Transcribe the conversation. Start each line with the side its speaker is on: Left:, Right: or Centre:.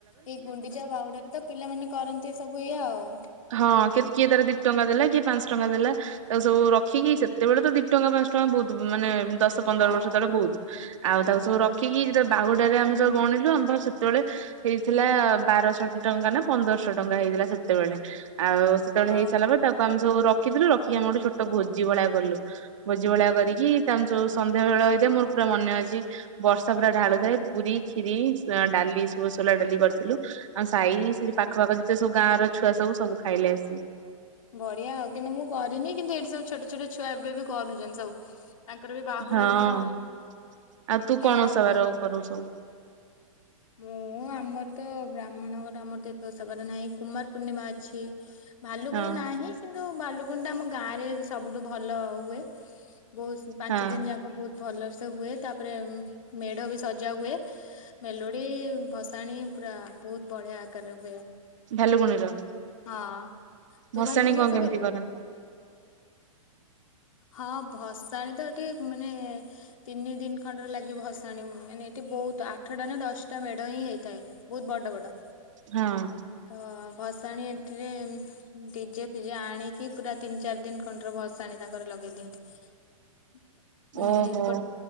Left: ଏଇ ଗୁଣ୍ଡିଚା ବାହୁଡାରେ ତ ପିଲାମାନେ କରନ୍ତି ସବୁ ଏଇଆ ଆଉ।
Right: ହଁ କି କିଏ ତାର ଦି ଟଙ୍କା ଦେଲା କିଏ ପାଞ୍ଚ ଟଙ୍କା ଦେଲା‌ ତା ସବୁ ରଖିକି ସେତେବେଳେ ତ ଦି ଟଙ୍କା ପାଞ୍ଚ ଟଙ୍କା ବହୁତ ମାନେ ଦଶ। ପନ୍ଦର
Left: ହଁ।
Right: ବର୍ଷ ତଳେ ବହୁତ ଆଉ ତାକୁ ସବୁ ରଖିକି ଯେ ବାହୁଡାରେ ଆମେ ସବୁ ଗଣିଲୁ ଆମ ସେତେବେଳେ ପ - ହେଇଥିଲା ବାରଶହ ଟଙ୍କା ନା ପନ୍ଦରଶହ ଟଙ୍କା ହେଇଥିଲା ସେତେବେଳେ ଆଉ। ସେତେବେଳେ
Left: ଓହୋ
Right: ହେଇ ସାରିଲ ପରେ ତାକୁ ଆମ ସବୁ ରଖିଥିଲୁ ରଖି ଆମେ ଗୋଟେ ଛୋଟ ଭୋଜି ଭଳିଆ କଲୁ। ଭୋଜି ଭଳିଆ କରିକି ତମେ ‌ସବୁ‌ ସନ୍ଧ୍ୟା ବେଳ ହେଇଯାଏ ମୋର ପୁରା ମନେ ଅଛି। ବର୍ଷା ପୁରା ଢାଳୁଥାଏ ପୁରୀ କ୍ଷୀରି ଡାଲି ସବୁ ସୁଲା ଡାଲି କରିଥିଲୁ ଆଉ ସାଇ ସେ- ପାଖପାଖ ଯେତେ ସବୁ ଗାଁ ର ଛୁଆ ସବୁ ସବୁ ଖାଇଲେ ଆସି କି
Left: ବଢିଆ ଆଉ କିନ୍ତୁ ମୁଁ କରିନି କିନ୍ତୁ ଏଇଠି ସବୁ ଛୋଟ ଛୋଟ ଛୁଆ ଏବେ ବି କରୁଛନ୍ତି ସବୁ। ତାଙ୍କର ବି ବାହୁଡା
Right: ହଁ।
Left: ଦିନ
Right: ଆଉ ତୁ
Left: ଦିନ
Right: କଣ ଓଷାବାର
Left: ହୁଏ।
Right: କରୁ ସବୁ
Left: ମୁଁ ହଁ ଆମର ତ ବ୍ରାହ୍ମଣ ଘର ଆମର ଏତେ ଓଷା ବାର ନାହିଁ କୁମାର ପୂର୍ଣ୍ଣିମା ଅଛି ଭାଲୁ।
Right: ହଁ
Left: ନାଁହି କିନ୍ତୁ ବାଲୁକୁଣ୍ଠା ଆମ ଗାଁ ରେ ସବୁଠୁ ଭଲ ହୁଏ ବହୁତ ପାଞ୍ଚ
Right: ହଁ
Left: ଦିନ ଯାକ। ବହୁତ ଭଲ ସେ ହୁଏ ତାପରେ ମେଢ ବି ସଜା ହୁଏ। ମେଲୋଡି ଭସାଣି ପୁରା ବହୁତ ବଢିଆ ଆକାରରେ ହୁଏ।
Right: ଭାଲୁଗୁଣିର
Left: ହଁ ତୁ
Right: ଭସାଣି
Left: ଭାଲୁକୁଣୀ ଓଷା
Right: କଣ କେମିତି
Left: କରୁ
Right: କର?
Left: ହଁ ଭସାଣୀ ତ ଏଠି ମାନେ। ତିନି ଦିନ ଖଣ୍ଡରେ ଲାଗି ଭସାଣି ମାନେ ଏଠି ବହୁତ ଆଠଟା ନା ଦଶଟା ମେଢ ହିଁ ହେଇଥାଏ। ବହୁତ ବଡ ବଡ।
Right: ହଁ।
Left: ତ ଭସାଣି ଏଟରେ। ଡିଜେ ଫିଜେ ଆଣିକି ପୁରା ତିନି ଚାରି ଦିନ କଣ୍ଟର ଭସାଣି ତାଙ୍କର ଲଗେଇ ଦିଅନ୍ତି। ମାନେ
Right: ଓହୋ
Left: ଗୋଟେ